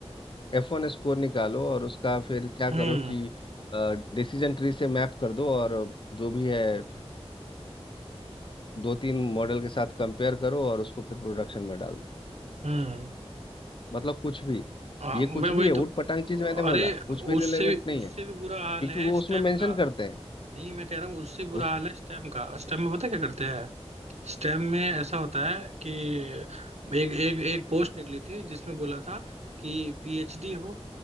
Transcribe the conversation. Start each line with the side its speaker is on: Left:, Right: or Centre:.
Left: एफ वन स्कोर निकालो और उसका फिर क्या
Right: हम्म
Left: करो कि डिसीजन ट्री से मैप कर दो और जो भी है अ, दो तीन मॉडल के साथ कंपेयर करो और उसको फिर प्रोडक्शन में डाल दो
Right: हम्म
Left: मतलब कुछ भी
Right: हाँ,
Left: ये
Right: मैं
Left: कुछ
Right: वही
Left: भी है ऊट
Right: तो
Left: पटांग चीज मैंने
Right: अरे
Left: बोला कुछ भी रिलेवेंट
Right: उससे भी
Left: नहीं
Right: उससे
Left: है
Right: भी बुरा
Left: क्योंकि
Right: हाल है
Left: वो
Right: स्टेम
Left: उसमें मेंशन
Right: का
Left: करते हैं
Right: नहीं मैं कह रहा हूँ उससे बुरा
Left: उस
Right: हाल है स्टेम का स्टेम में पता है क्या करते हैं स्टेम में ऐसा होता है कि एक एक एक पोस्ट निकली थी जिसमें बोला था कि पीएचडी हो